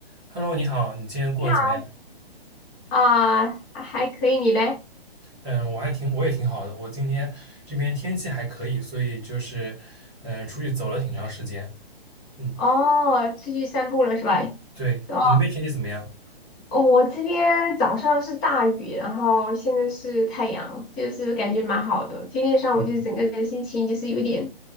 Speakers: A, in the centre; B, on the left.
A: Hello，你好，你今天过得怎么样？
B: 你好啊，还可以，你嘞？
A: 嗯，我还挺，我也挺好的。我今天这边天气还可以，所以就是，嗯，出去走了挺长时间。嗯，
B: 哦，出去散步了是吧？
A: 对，
B: 哦，
A: 你那边天气怎么样？
B: 哦我这边早上是大雨，然后现在是太阳，就是感觉蛮好的。今天上午就是整个人心情就是有点，
A: 嗯，